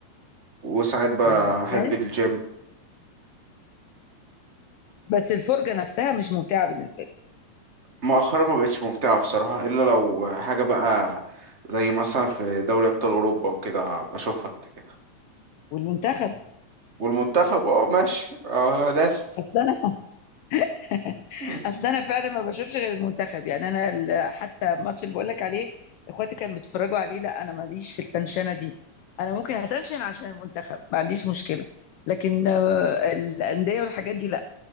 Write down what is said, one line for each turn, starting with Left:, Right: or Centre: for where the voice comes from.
Right: وساعات بحب
Left: آه. يعني
Right: الجيم
Left: بس الفرجة نفسها مش ممتعة بالنسبة لي
Right: مؤخرا ما بقتش ممتعة بصراحة إلا لو حاجة بقى زي مثلا في دوري أبطال أوروبا وكده بشوفها كده كده
Left: والمنتخب
Right: والمنتخب اه ماشي اه لازم
Left: اصل انا <laughs>
Right: <laughs>
Left: اصل انا فعلا ما بشوفش غير المنتخب يعني انا ال- حتى الماتش اللي بقول لك عليه اخواتي كانوا بيتفرجوا عليه لا انا ماليش في التنشنة دي انا ممكن اتنشن عشان المنتخب ما عنديش مشكلة لكن آه، الأندية والحاجات دي لا